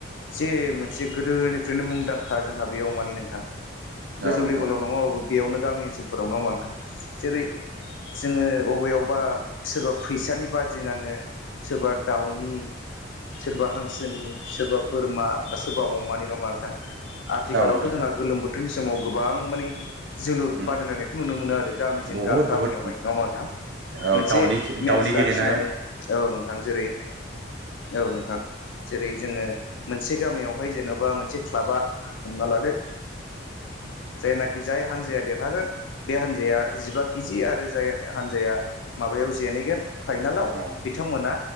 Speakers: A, on the left (about 70°); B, on the right (about 60°).
A: जे मोनसे गोदोनिफ्रायनो मुंदांखा जोंहा बेयाव माने नोंथां गोजौ
B: औ नोंथां
A: लेभेलाव नङाबाबो बेयावनो गामि ओनसोलफोराव नङा होमबा नोंथां? जेरै जोङो अबे अबा सोरबा फैसानि बादि नाङो सोरबा दाउनि- सोरबा हांसोनि सोरबा बोरमा बा सोरबा अमानि नाम आरो आथिखालावथ'
B: औ नोंथां
A: जोंहा
B: औ
A: गोलोम बोथोरनि समाव गोबां मानि जोलुर
B: उम
A: बादायलायनायखौ नुनो मोनो आरो गामिजों
B: बहुद
A: गामियावहाय
B: बहुद
A: नङा होमबा‌ नोंथां?
B: औ
A: जे
B: दाउनि
A: मेटस
B: दाउनि
A: लाखिनानै
B: गेलेनाय
A: औ नोंथां जेरै औ नोंथां जेरै जोङो मोनसे गामियावहाय जेन'बा मोनसे क्लाबा हमना लादो जायनाखि जाय हानजाया देरहागोन बे हानजाया जिबा केजि आरो जाय हानजाया माबायाव जेनैगोन फाइनालाव
B: औ
A: बिथांमोना